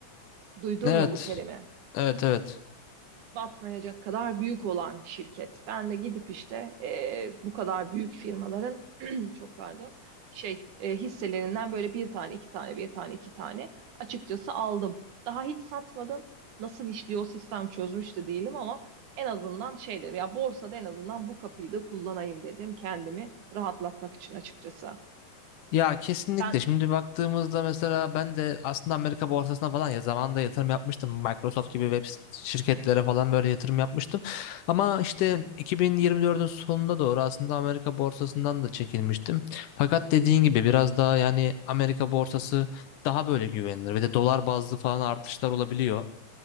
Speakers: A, on the right; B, on the left.
A: Duydun
B: Evet.
A: mu bu terimi?
B: Evet evet.
A: batmayacak kadar büyük olan şirket. Ben de gidip işte e, bu kadar büyük firmaların <clears throat> çok pardon şey e, hisselerinden böyle bir tane iki tane bir tane iki tane açıkçası aldım. Daha hiç satmadım. Nasıl işliyor o sistem çözmüş de değilim ama en azından şey dedim ya borsada en azından bu kapıyı da kullanayım dedim kendimi rahatlatmak için açıkçası.
B: Ya kesinlikle.
A: Sen
B: Şimdi baktığımızda mesela ben de aslında Amerika borsasına falan ya zamanında yatırım yapmıştım. Microsoft gibi web sit- şirketlere falan böyle yatırım yapmıştım. Ama işte 2024'ün sonunda doğru aslında Amerika borsasından da çekilmiştim. Fakat dediğin gibi biraz daha yani Amerika borsası daha böyle güvenilir. Bir de dolar bazlı falan artışlar olabiliyor.